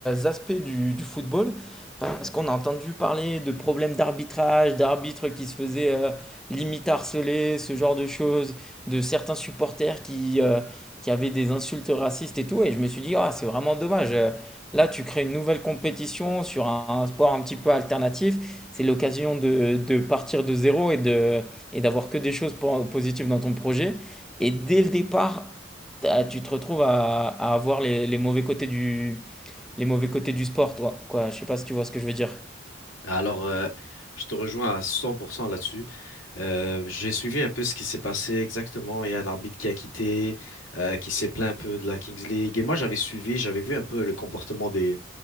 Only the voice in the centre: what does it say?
aspects du du football. Parce qu'on a entendu parler de problèmes d'arbitrage, d'arbitres qui se faisaient, heu, limite harceler, ce genre de choses, de certains supporters qui, heu, qui avaient des insultes racistes et tout et je me suis dit: «Ah, c'est vraiment dommage, heu, là tu crées une nouvelle compétition sur un un sport un petit peu alternatif c'est l'occasion de, de partir de zéro et de, et d'avoir que des choses positives dans ton projet. Et dès le départ, tu te retrouves à, à avoir les, les mauvais côtés du, les mauvais côtés du sport, toi. Quoi, je ne sais pas si tu vois ce que je veux dire.